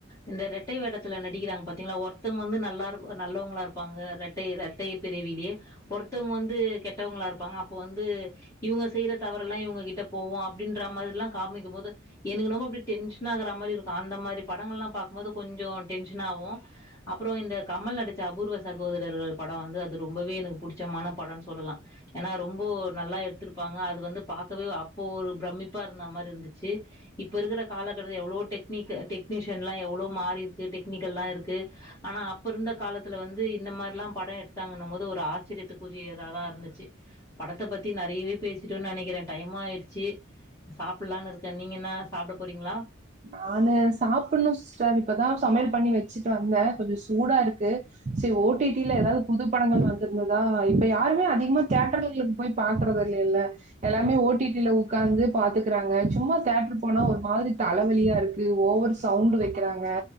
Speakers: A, on the left; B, on the right.
A: இந்த ரெட்டை வேடத்துல நடிக்கிறாங்க பாத்தீங்ளா ஒருத்தங்க வந்து நல்லாரு நல்லவங்களா இருப்பாங்க ரெட் டை ரெட்டை பிறவிலே ஒருத்தவங்க வந்து கெட்டவங்ளா இருப்பாங்க அப்ப வந்து இவங்க செய்யற தவற எல்லா இவங்க கிட்ட போவோ அப்டின்ற மாதிரி எல்லா காமிக்கு போது எனக்கு என்னமோ அப்டி டென்ஷன் ஆகுற மாதிரி இருக்கு அந்த மாதிரி படங்கள் எல்லா பாக்கும்போது கொஞ்சோ டென்ஷனா ஆகு அப்ரோ இந்த கமல் நடித்த அபூர்வ சகோதரர்கள் படம் வந்து அது ரொம்பவே எனக்கு பிடிச்சமான படன்னுஸ் சொல்லலா ஏனா ரொம்போ நல்லா எடுத்திருப்பாங்க அது வந்து பாக்கவே அப்போ ஒரு பிரமிப்பா இருந்த மாரி இருந்துச்சி இப்ப இருக்கிற காலகட்டத்தில் எவ்ளோ டெக்னிக் டெக்னீஷியன் எல்லா எவ்ளோ மாறி இருக்கு டெக்னிக்கல்லா இருக்கு ஆனா அப்ப இருந்த காலத்துல வந்து இந்த மாரிலா படம் எடுத்தாங்கன்னு போது ஒரு ஆச்சரியத்துக்குரிய இதாதா இருந்துச்சி படத்த பத்தி நெறையவே பேசிட்டோனு நெனைக்கிற டைமா ஆயிடுச்சி சாப்பில்லான்னு இருக்க நீங்க என்னா சாப்ட போறீங்ளா
B: நானு சாப்புனு சிஸ்டர் இப்பதா சமையல் பண்ணி வச்சிட்டு வந்த கொஞ்சோ சூடா இருக்கு செரி ஓடிடில ஏதாவது புது படங்கள் வந்திருந்ததா இப்ப யாருமே அதிகமா தேட்டரு போய் பாக்குறது இல்லல்ல எல்லாமே ஓடிடில உக்காந்து பாத்துக்கறாங்க சும்மா தேட்டரு போனா ஒரு மாதிரி தலவலியா இருக்கு ஓவர் சவுண்ட் வைக்கிறாங்க